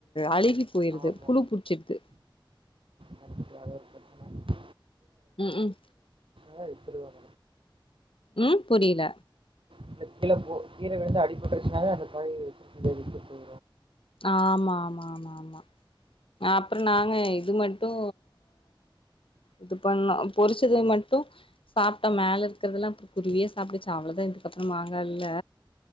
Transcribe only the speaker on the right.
ஆமா
கண்டிப்பா அது ஒரு பிரச்சனை
ஹாய் இப்டி வர
இல்ல கீழ போ கீழ விழுந்து அடிபட்டுருச்சுனாலே அந்த காயி புழு வெக்க போது